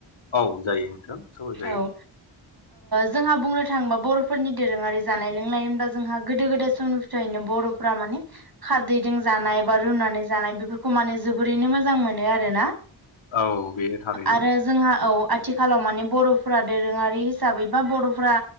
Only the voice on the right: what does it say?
औ जोंहा बुंनो थाङोबा बर'फोरनि दोरोङारि जानाय लोंनाय होनब्ला जोंहा गोदो गोदाय समनिनो बर'फोरा माने खारदैजों जानाय बा रुनानै जानाय बेफोरखौ माने जोबोरैनो मोजां मोनो आरोना
आरो जोंहा औ आथिखालाव माने बर'फ्रा दोरोङारि हिसाबै बा बर'फ्रा